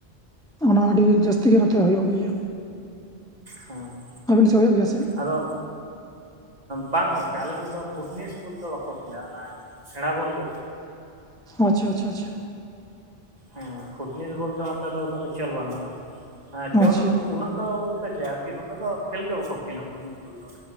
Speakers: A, in the centre; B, on the right (about 40°).
A: ᱦᱚᱸ ᱟᱹᱰᱤ ᱡᱟᱹᱥᱛᱤ ᱜᱮ ᱱᱚᱛᱮ ᱦᱩᱭᱩᱜ ᱜᱮᱭᱟ᱾
B: ᱦᱚᱸ᱾
A: ᱟᱵᱤᱱ ᱥᱮᱜ ᱦᱩᱭᱚᱜ ᱜᱮᱭᱟ ᱥᱮ?
B: ᱟᱫᱚ ᱵᱟᱝ ᱜᱚᱝᱠᱮ ᱟᱞᱮ ᱥᱮᱫ ᱫᱚ ᱯᱷᱩᱴᱤᱥ ᱵᱚᱞ ᱫᱚ ᱵᱟᱠᱚ ᱠᱷᱮᱞᱟ ᱚᱱᱟ ᱥᱮᱬᱟ ᱵᱚᱞ ᱠᱚ
A: ᱟᱪᱪᱷᱟ ᱟᱪᱪᱷᱟ ᱟᱪᱪᱷᱟ᱾
B: ᱦᱮᱸ ᱯᱷᱩᱴᱱᱤᱥ ᱵᱚᱞ ᱫᱚ ᱱᱚᱛᱮ ᱫᱚ ᱩᱱᱟᱹᱜ ᱫᱚ ᱪᱚᱞ ᱵᱟᱹᱱᱩᱜᱼᱟ, ᱦᱮᱸ ᱪᱚᱞ
A: ᱟᱪᱪᱷᱟ
B: ᱩᱱᱟᱹᱜ ᱫᱚ ᱵᱚᱞᱛᱮ ᱡᱮ ᱟᱨᱠᱤ ᱱᱚᱛᱮ ᱫᱚ ᱠᱷᱮᱹᱞ ᱜᱮ ᱵᱟᱠᱚ ᱠᱷᱮᱹᱞᱟ ᱯᱷᱩᱴᱱᱤᱥ ᱵᱚᱞ ᱫᱚ᱾